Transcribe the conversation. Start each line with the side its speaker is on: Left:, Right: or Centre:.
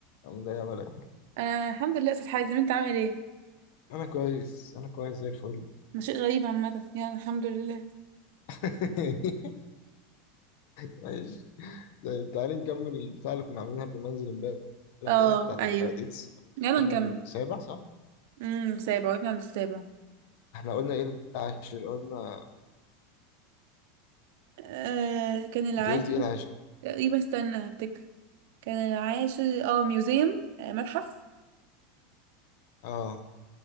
Left: عامل ايه يا ملك
Right: آه الحمد لله يا استاذ حازم انت عامل ايه
Left: انا كويس انا كويس زي الفل
Right: ده شيء غريب عامه يعني الحمد لله
Left: <laughs> ماشي طيب تعالي نكمل البتاع اللي كنا عاملينها قبل ما انزل امبارح
Right: اه
Left: ديت بتاعت
Right: ايوه
Left: الديتس إحنا كنا
Right: يلا
Left: وصلنا
Right: نكمل
Left: للسابع صح
Right: امم سابع وقفنا عند السابع
Left: احنا قلنا ايه العاشر قلنا
Right: آه كان العاشر
Left: انت قلتي ايه العاشر
Right: تقريبا استنى هفتكر كان العاشر اه ميوزيوم آه متحف
Left: اه